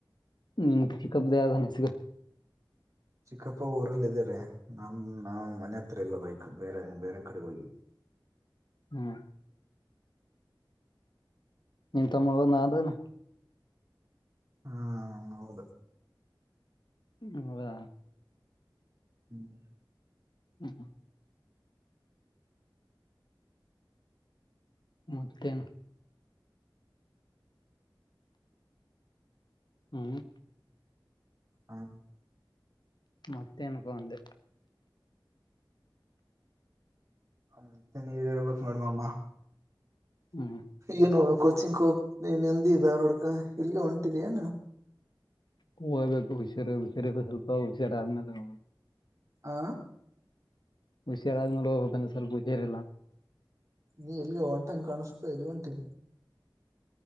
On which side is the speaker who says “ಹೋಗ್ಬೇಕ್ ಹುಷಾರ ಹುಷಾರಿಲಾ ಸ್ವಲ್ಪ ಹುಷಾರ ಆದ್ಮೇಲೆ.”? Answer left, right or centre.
Left